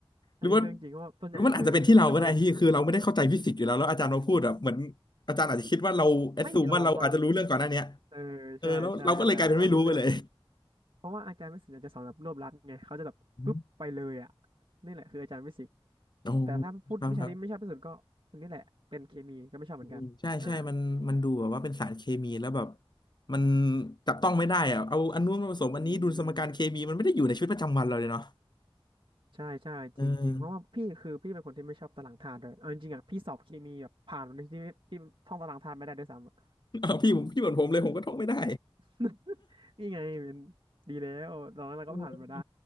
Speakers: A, on the right; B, on the left.
A: อันนี้เรื่องจริงเพราะว่าส่วนใหญ่คือมันจะแบบ
B: หรือว่าหรือมันอาจจะเป็นที่เราก็ได้ที่คือเราไม่ได้เข้าใจฟิสิกส์อยู่แล้วแล้วอาจารย์มาพูดแบบเหมือน
A: <gasps>
B: อาจารย์อาจจะคิดว่าเราแอดซูมว่าเราอาจจะรู้เรื่องก่อนหน้าเนี้ย
A: <laughs> ไม่เราเราเราเออใช่ใช่อาจารย์ที่เรารู้เรื่อง
B: เออแล้วเราก็เลยกลายเป็นไม่รู้ไปเลย
A: เพราะว่าอาจารย์วิสิตอาจจะสอนแบบรวบรัดไงเขาจะแบบปุ๊บไปเลยอ่ะ
B: <laughs> อืม
A: นี่แหละคืออาจารย์วิสิต
B: โอ้
A: แต่ถ้าพูดวิชาที่ไม่ชอบที่สุดก็อันนี้แหละเป็นเคมีก็ไม่ชอบเหมือนกันอ่า
B: ครับครับอืมใช่ใช่มันมันดูแบบว่าเป็นสารเคมีแล้วแบบมันจับต้องไม่ได้อะเอาอันนู้นมาผสมอันนี้ดูสมการเคมีมันไม่ได้อยู่ในชีวิตประจำวันเราเลยเนาะ
A: อืมใช่ใช่จริงๆเพราะว่าพี่คือพี่เป็นคนที่ไม่ชอบตารางธาตุด้วยเอาจริงๆอ่ะพี่สอบเคมีแบบผ่านในที่พี่ท่องตารางธาตุไม่ได้ด้วยซ้ำอะ
B: เออ <laughs> เอาพี่ผมพี่เหมือนผมเลยผมก็ท่องไม่ได้
A: <laughs> นี่ไงเป็นดีแล้วตอนนั้นเราก็ผ่านมาได้
B: <laughs>